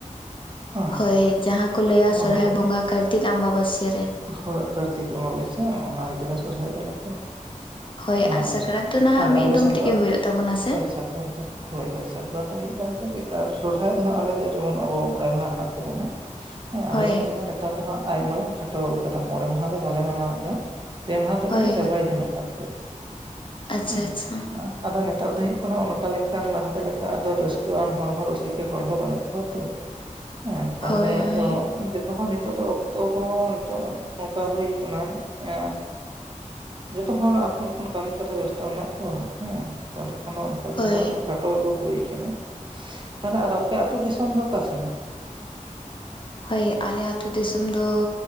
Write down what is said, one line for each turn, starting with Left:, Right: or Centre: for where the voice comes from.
Right: ᱦᱮᱸ
Left: ᱦᱳᱭ ᱡᱟᱦᱟᱸ ᱠᱚ ᱞᱟᱹᱭᱟ ᱥᱚᱨᱦᱟᱭ
Right: ᱚᱱᱟ ᱫᱚ
Left: ᱵᱚᱸᱜᱟ ᱠᱟᱨᱛᱤᱠ ᱟᱢᱵᱟᱵᱟᱹᱥᱭᱟᱹ ᱨᱮ
Right: ᱦᱳᱭ ᱠᱟᱨᱛᱤᱠ ᱟᱵᱟᱵᱟᱥᱤᱭᱟ ᱚᱱᱟ ᱨᱮᱜᱮ ᱞᱮ ᱥᱚᱨᱚᱦᱟᱭᱚᱜ-ᱟ ᱟᱞᱮᱞ ᱫᱚ
Left: ᱦᱳᱭ
Right: ᱚᱪᱷᱟ
Left: ᱟᱨ ᱥᱟᱠᱨᱟᱛ ᱫᱚ ᱱᱟᱦᱟᱜ
Right: ᱟᱞᱮ
Left: ᱢᱤᱫ
Right: ᱟᱞᱮᱥᱮᱫ
Left: ᱫᱚᱢ ᱛᱮᱜᱮ
Right: ᱫᱚ
Left: ᱦᱩᱭᱩᱜ ᱛᱟᱵᱚᱱᱟ ᱥᱮ
Right: ᱦᱭ ᱦᱳᱭ ᱦᱳᱭ ᱥᱟᱠᱨᱟᱛ ᱫᱚ ᱢᱤᱫ ᱜᱟᱨ ᱛᱮᱜᱮ ᱟᱨ ᱥᱚᱨᱦᱟᱭ ᱫᱚᱦᱸᱟᱜ ᱟᱞᱮ ᱫᱚ ᱡᱮᱢᱚᱱ ᱟᱵᱚ ᱢᱚᱬᱮ ᱢᱟᱦᱟ ᱢᱮᱱᱟᱜ ᱛᱟᱵᱚᱱᱟ ᱦᱮᱸ
Left: ᱦᱳᱭ
Right: ᱟᱞᱮ ᱥᱮᱱ ᱫᱚ ᱱᱮᱛᱟᱨ ᱫᱚ ᱦᱟᱸᱜ ᱟᱭᱢᱟ ᱞᱮ ᱠᱷᱟᱴᱚ ᱠᱟᱫᱟ ᱢᱚᱬᱮ ᱢᱟᱦᱟ ᱫᱚ ᱵᱟᱞᱮ ᱢᱟᱱᱟᱣ ᱮᱫᱟ ᱯᱮ ᱢᱟᱦᱟ ᱛᱮᱜᱮᱞᱮ
Left: ᱦᱳᱭ
Right: ᱪᱟᱵᱟᱭ ᱮᱫᱟ ᱱᱚᱛᱮᱫᱚ ᱫᱚ
Left: ᱟᱪᱷᱟ
Right: ᱦᱮᱸ
Left: ᱟᱪᱷᱟ
Right: ᱟᱫᱚ ᱱᱮᱛᱟᱨ ᱫᱚ ᱦᱳᱭᱳᱜ ᱠᱟᱱᱟ ᱚᱱᱠᱟ ᱟᱫ ᱞᱮᱠᱟᱱ ᱞᱟᱦᱟᱛᱮ ᱞᱮᱠᱟ ᱟᱫᱚ ᱨᱟᱥᱠᱟᱹ ᱟᱱ ᱦᱚᱲ ᱦᱚᱸᱚᱸ ᱨᱩᱥᱤᱠ ᱦᱚᱲ ᱦᱚᱸᱚᱸ ᱵᱟᱹᱱᱩᱜ ᱠᱚᱣᱟ ᱛᱚ ᱦᱮᱸ ᱛᱟᱦᱞᱮ
Left: ᱦᱳᱭ
Right: ᱟᱫᱚ
Left: ᱦᱳᱭ
Right: ᱡᱚᱛᱚ ᱦᱚᱲ ᱱᱤᱛᱳᱜ ᱫᱚ ᱚᱠᱛᱚ ᱦᱚᱸ ᱱᱤᱛᱚᱜ ᱱᱚᱝᱠᱟ ᱦᱩᱭᱩ ᱟᱠᱟᱱᱟ ᱮ ᱡᱚᱛᱚ ᱦᱚᱲ ᱟᱯᱚᱱ ᱟᱯᱚᱱ ᱠᱟᱹᱢᱤ ᱠᱚᱨᱮ ᱵᱮᱥᱛᱚ ᱢᱮᱱᱟᱜ ᱠᱚᱣᱟ ᱦᱮᱸ ᱛᱟᱦᱚᱞᱮ ᱠᱷᱟᱱ ᱫᱚ ᱚᱱᱠᱟ ᱞᱮᱠᱟ
Left: ᱦᱳᱭ
Right: ᱦ ᱠᱷᱟᱴᱚ ᱟᱜᱩ ᱦᱩᱭᱠᱱᱟᱹ ᱛᱟᱦᱮᱞᱮ ᱟᱨ ᱟᱯᱮ ᱟᱛᱳ ᱫᱤᱥᱚᱢ ᱫᱚ ᱚᱠᱟ ᱥᱮᱱ?
Left: ᱦᱳᱭ ᱟᱞᱮ ᱟᱛᱳ ᱫᱤᱥᱚᱢ ᱫᱚ